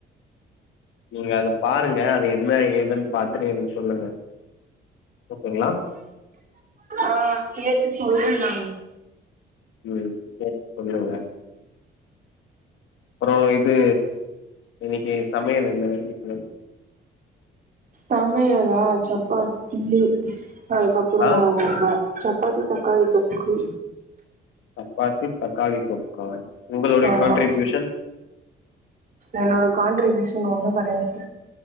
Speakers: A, on the left; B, on the right.
A: நீங்க அது பாருங்க அது என்ன ஏதுன்னு பாத்துட்டு எனக்கு சொல்லுங்க ஓகேங்களா
B: ஆ கேட்டு சொல்ற நானு
A: உம் கேட்டு சொல்லுங்களே அப்ற இது இன்னிக்கு சமையல் என்ன வீட்ல
B: சமையலா சப்பாத்தி இட்லி அதுக்கப்றம்
A: ஆ
B: வ சப்பாத்தி தக்காளி தொக்கு
A: சப்பாத்தி தக்காளி தொக்கா உங்களுடைய
B: ஆமா
A: கான்ட்ரிபியூஷன்
B: என்னோட கான்ட்ரிபியூஷன் ஒண்ணு கடையாது